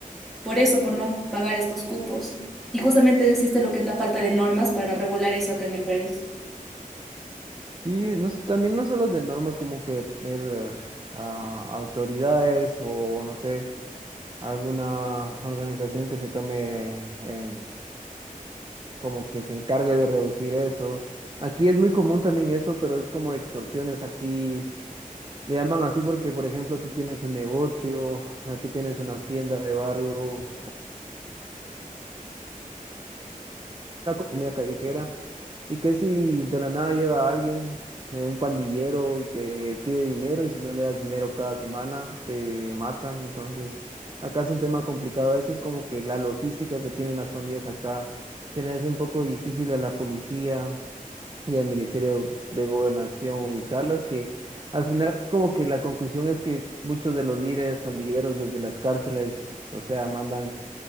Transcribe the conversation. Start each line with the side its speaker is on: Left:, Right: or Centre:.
Centre: por eso, por no pagar estos cupos. Y justamente existe lo que es la falta de normas para regular eso acá en el país.
Right: Sí, no, s- también no solo de normas, como que tener ah, autoridades o no sé, alguna organización que se tome, em, como que se encargue de reducir eso. Aquí es muy común también eso, pero es como extorsiones. Aquí le llaman así porque, por ejemplo, tú tienes un negocio, eh, tú tienes una tienda de barrio comida callejera. ¿Y que si de la nada llega alguien, eh, un pandillero, y te pide dinero y si no le das dinero cada semana, te matan? Entonces, acá es un tema complicado. Eso es como que la logística que tienen las pandillas acá se le hace un poco difícil a la policía y al Ministerio de Gobernación ubicarlas, que al final como que la conclusión es que muchos de los líderes pandilleros desde las cárceles, o sea, mandan